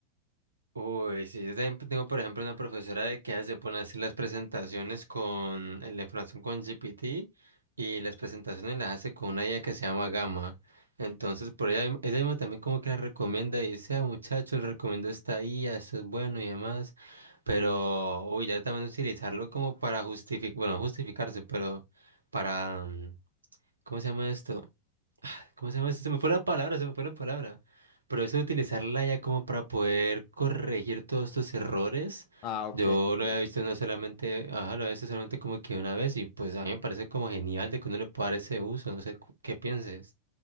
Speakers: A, on the right (about 75°); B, on the left (about 35°).
A: Uy, sí, yo también tengo, por ejemplo, una profesora de que se pone a hacer las presentaciones con eh, la información con GPT y las presentaciones las hace con una IA que se llama Gama. Entonces, por ella, ella misma también como que la recomienda y dice, ah, muchachos, les recomiendo esta IA, esto es bueno y demás. Pero, uy, ya también utilizarlo como para justificar, bueno, justificarse, pero para, mm, ¿cómo se llama esto? ¿Cómo se llama eso? Se me fue la palabra, se me fue la palabra. Pero eso de utilizarla ya como para poder corregir todos tus errores,
B: Ah, ok.
A: yo lo
B: sí.
A: había visto no solamente, ajá, lo había visto solamente como que una vez y pues a mí me parece como genial de que uno le pueda dar ese uso, no sé cu- qué pienses.